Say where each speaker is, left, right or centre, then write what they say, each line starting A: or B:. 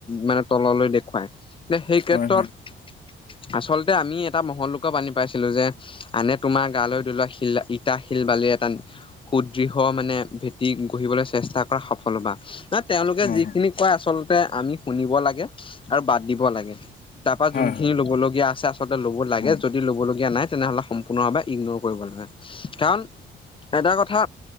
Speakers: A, on the left; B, on the left.
A: মানে তললৈ দেখুৱাই, সেই ক্ষেত্ৰত-
B: হয় হয়
A: আচলতে আমি এটা মহৎ- পানি পাইছিলো যে, আনে তোমাৰ গালৈ দলোৱা শিল ইটা শিল বালি এটা- সুদৃঢ় মানে ভেটি গঢ়িবলৈ চেষ্টা কৰা সফলতা। ন তেওঁলোকে
B: হয়
A: যিখিনি কয় আচলতে আমি শুনিব লাগে আৰু বাদ দিব লাগে। তাৰ পৰা
B: হয়
A: যোনখিনি
B: হয়
A: ল'ব লগীয়া আছে, আচলতে ল'ব লাগে
B: হয়
A: যদি ল'ব লগীয়া নাই তেনেহলে- পুনৰ এবাৰ ইগনৰ কৰিব লাগে, কাৰণ এটা কথা